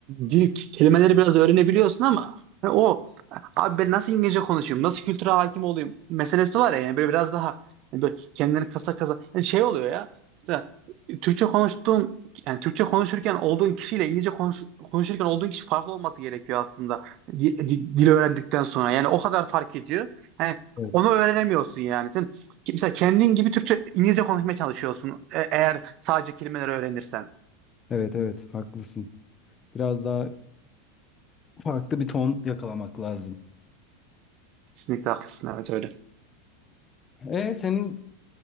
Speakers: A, on the right; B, on the left.
A: dil kelimeleri biraz öğrenebiliyorsun ama hani o abi ben nasıl İngilizce konuşayım, nasıl kültüre hakim olayım meselesi var ya yani böyle biraz daha hani böyle kendini kasa kasa yani şey oluyor ya mesela Türkçe konuştuğun yani Türkçe konuşurken olduğun kişiyle İngilizce konuş, konuşurken olduğun kişi farklı olması gerekiyor aslında di- di- dil öğrendikten sonra yani o kadar fark ediyor. Yani
B: Evet.
A: onu öğrenemiyorsun yani. Sen mesela kendin gibi Türkçe İngilizce konuşmaya çalışıyorsun e- eğer sadece kelimeleri öğrenirsen.
B: Evet evet haklısın. Biraz daha farklı bir ton yakalamak lazım.
A: Kesinlikle haklısın evet öyle.
B: E senin